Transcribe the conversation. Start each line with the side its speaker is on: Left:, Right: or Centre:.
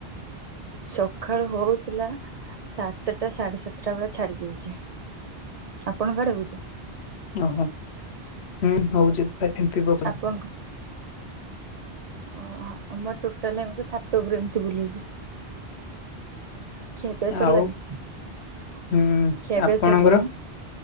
Right: ସଖାଳୁ ହଉଥିଲା ସାତଟା ସାଢ଼େ ସାତଟା ବେଳେ ଛାଡି ଯାଇଚି। ଆପଣଙ୍କ ଆଡେ ହଉଚି?
Left: ଅ ହୋ- ହୁଁ ହଉଚି। ଏ ଫିମ୍ପି ପ
Right: ଆପଣଙ୍କ ଓହୋ ଆମର ଟୋଟାଲେ <unintelligible> ମୁଁ ତ ଛାତ ଉପରେ ଏମିତି ବୁଲୁଚି। ଖିଆପିଆ ସରିଲାନି
Left: ଆଉ
Right: -ଖିଆପିଆ
Left: ହୁଁ ଆପଣଙ୍କର
Right: ସରିଲାଣି?